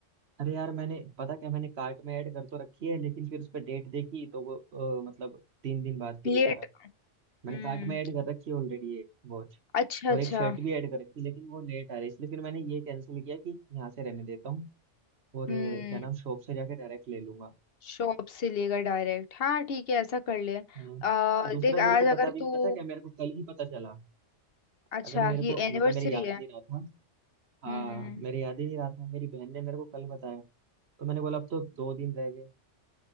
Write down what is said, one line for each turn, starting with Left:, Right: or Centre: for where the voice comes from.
Right: अरे यार मैंने पता क्या मैंने कार्ट में ऐड कर तो रखी है लेकिन फिर उस पर डेट देखी तो वो अ, मतलब तीन दिन बाद
Left: प्लेट
Right: की दिखा रहा
Left: हम्म
Right: मैंने कार्ट में ऐड कर रखी है ऑलरेडी ये वॉच
Left: अच्छा
Right: और
Left: अच्छा
Right: एक शर्ट भी ऐड कर रखी लेकिन वो लेट आ रही है इसलिए फिर मैंने ये कैंसिल किया कि यहाँ से रहने देता हूँ और
Left: हम्म
Right: अ, क्या नाम शॉप से जाके डायरेक्ट ले लूंगा
Left: शॉप से लेकर डायरेक्ट हाँ ठीक है ऐसा कर ले
Right: हाँ
Left: आ,
Right: दूसरा
Left: देख
Right: मेरे
Left: आज
Right: को
Left: अगर
Right: पता भी
Left: तू
Right: पता क्या मेरे को कल ही पता चला
Left: अच्छा
Right: अगर मेरे
Left: ये
Right: को
Left: एनिवर्सरी
Right: मतलब मेरे याद
Left: है
Right: नहीं रहा था हाँ
Left: हम्म हम्म हम्म।
Right: मेरे याद ही नहीं रहा था मेरी बहन ने मेरे को कल बताया तो मैंने बोला अब तो दो दिन रह गए